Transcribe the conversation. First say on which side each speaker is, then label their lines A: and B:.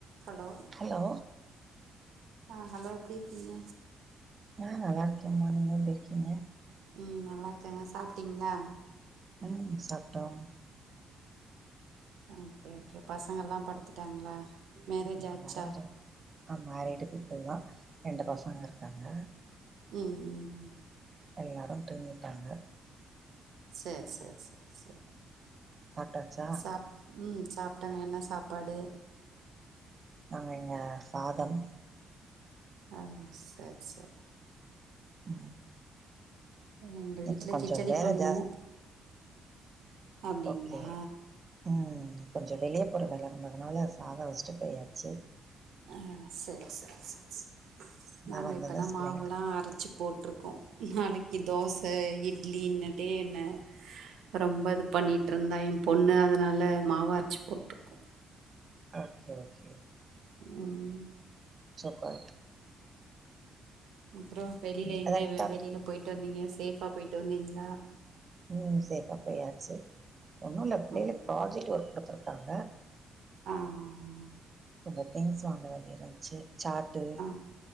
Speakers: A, on the right; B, on the right.
A: Hello
B: hello
A: ஆஹ் hello எப்படி இருக்கீங்க
B: ஆஹ் நல்லா இருக்கேன்ம்மா நீங்க எப்படி இருக்கீங்க
A: ம் நல்லாருக்காங்க சாப்பிட்டீங்களா
B: உம் சாப்பிட்டோம்
A: ஓகே ஓகே பசங்கல்லாம் படுத்துட்டாங்களா மேரேஜ்
B: எல்லாரும்
A: ஆச்சா
B: தான் அயம் மேரிட்டு இப்பல்லாம் ரெண்டு பசங்க இருக்காங்க
A: உம் உம் உம்
B: எல்லாரும் தூங்கிட்டாங்க
A: சரி சரி சரி சரி
B: சாப்ட்டாச்சா
A: சப்ப உம் சாப்பிட்டாங்க என்ன சாப்பாடு
B: பண்ணீங்க சாதம்
A: ஆஹ சரி சரி
B: உஹம்
A: எங்க
B: இன்னைக்கு
A: வீட்ல
B: கொஞ்சம்
A: கிச்சடி
B: வேலை
A: பண்ணோ
B: ஜாஸ்தி
A: அப்டிங்களா
B: ஓகே உம் கொஞ்சம் வெளிய போற வேலா இருந்ததுனால சாதம் வச்சுட்டு போயாச்சு
A: ஆஹ் சரி சரி
B: அதா
A: நாங்கள்
B: வந்தது
A: இப்பதான் மாவுல்லாம்
B: பிள்ளைங்களுக்கு
A: அரைச்சி போட்டிருக்கோம் நாளைக்கு தோசை இட் இன்னைக்கு டே என்ன ரொம்ப இது பண்ணிட்டு இருந்தன் பொண்ணு அதனால மாவு அரிச்சு போட்ருக்கோம்
B: ஓகே ஓகே
A: உம்
B: சாப்பாடு
A: அப்பறம் வெளியில எங்க
B: கரெக்டா
A: வெளியில போயிட்டு வந்தீங்க சேஃபா போயிட்டு வந்தீங்களா
B: உம் சேப்பா போயாச்சு ஒன்னும் இல்ல பிள்ளைங்க
A: ஆ.
B: ப்ராஜெக்ட் ஒர்க் குடுத்துருக்காங்க
A: ஆஹ்ம்
B: கொஞ்சம் திங்க்ஸ் வாங்க வேண்டியது இருந்துச்சு சாட்டு
A: ஆ.